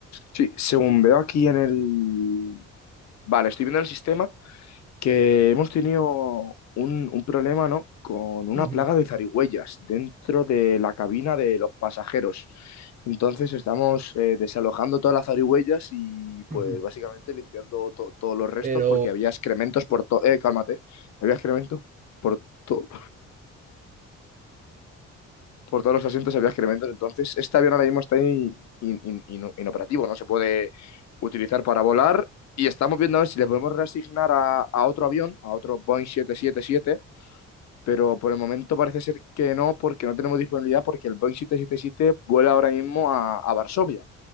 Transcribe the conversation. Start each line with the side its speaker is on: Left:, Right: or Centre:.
Left: Sí, según veo aquí en el... Vale, estoy viendo el sistema. que hemos tenido un, un problema, ¿no? Con una
Right: Ujú,
Left: plaga de zarigüeyas dentro de la cabina de los pasajeros. Entonces estamos eh, desalojando todas las zarigüeyas y pues
Right: ujú,
Left: básicamente limpiando to- todos los restos
Right: Pero
Left: porque había excrementos por todo... Eh, cálmate. Había excrementos por todo... Por todos los asientos había excrementos. Entonces este avión ahora mismo está in- in- in- ino- inoperativo, no se puede utilizar para volar. Y estamos viendo a ver si le podemos reasignar a, a otro avión, a otro Boeing siete siete siete pero por el momento parece ser que no, porque no tenemos disponibilidad, porque el Boeing siete siete siete vuela ahora mismo a, a Varsovia.